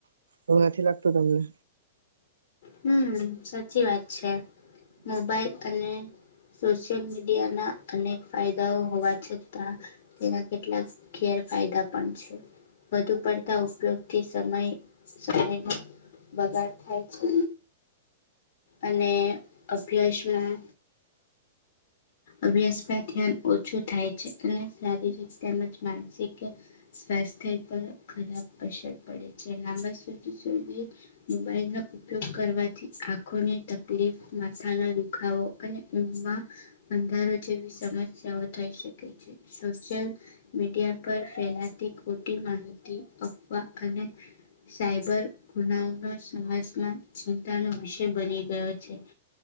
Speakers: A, on the right; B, on the left.
A: એવું નથી લાગતું તમને
B: હમ સાચી વાત છે. મોબાઈલ અને સોશિયલ મીડિયાના અનેક ફાયદાઓ હોવા છતાં તેના કેટલાક ગેરફાયદા પણ છે. વધુ પડતા ઉપયોગથી સમય સમયનો બગાડ થાય છે. અને અભ્યાસમાં અભ્યાસમાં ધ્યાન ઓછું થાય છે. અને શારીરિક તેમજ માનસિક સ્વાસ્થ્ય પર ખરાબ અસર પડે છે. લાંબા સુધી સુધી મોબાઈલનો ઉપયોગ કરવાથી આંખોની તકલીફ, માથાના દુખાવો, અને ઊંઘમાં અંધારો જેવી સમસ્યાઓ થઈ શકે છે. સોશિયલ મીડિયા પર ફેલાતી ખોટી માહિતી, અફવા અને સાયબર ગુનાઓના સમાજમાં ચિંતાનો વિષય બની ગયો છે.